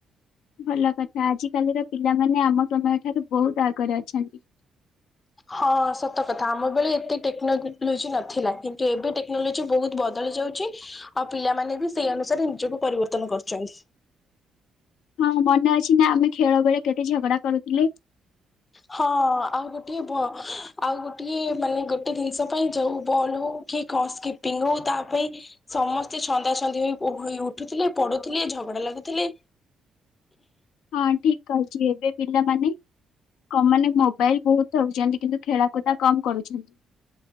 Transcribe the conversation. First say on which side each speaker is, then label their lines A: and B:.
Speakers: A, on the left; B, on the left.
A: ଭଲ କଥା ଆଜିକାଲିର ପିଲାମାନେ ଆମ ସମୟ ଠାରୁ ବହୁତ୍ ଆଗରେ ଅଛନ୍ତି।
B: ହଁ ସତ କଥା ଆମ ବଳେ ଏତେ ଟେକ୍ନୋଲୋଜି ନଥିଲା କିନ୍ତୁ ଏବେ ଟେ ଟେକ୍ନୋଲୋଜି ବହୁତ୍ ବଦଳି ଯାଉଚି ଆଉ ପିଲାମାନେବି ସେଇ ଅନୁସାରେ ନିଜକୁ ପରିବର୍ତ୍ତନ କରୁଚନ୍ତି।
A: ହଁ ମନେ ଅଛିନା ଆମେ ଖେଳ ବେଳେ କେତେ ଝଗଡ଼ା କରୁଥିଲେ?
B: ହଁ ଆଉ ଗୋଟେ ଭ ଆଉ ଗୋଟିଏ ମାନେ ଗୋଟେ ଜିନିଷ ପାଇଁ ଯଉ ବଲ୍ ହଉ କି କସ୍କପିଙ୍ଗ ହଉ ତା ପାଇଁ ସମସ୍ତେ ଛନ୍ଦା ଛନ୍ଦି ହୋଇ ହୋଇ ଉଠୁଥିଲେ ପଢୁଥିଲେ ଝଗଡ଼ା ଲାଗୁଥିଲେ
A: ହଁ ଠିକ୍ କହିଚି ଏବେ ବିଲମାନେ? କ ମାନେ ମୋବାଇଲ ବହୁତ ଉଛନ୍ତି କିନ୍ତୁ ଖେଳାକୁଦା କମ କରୁଛନ୍ତି।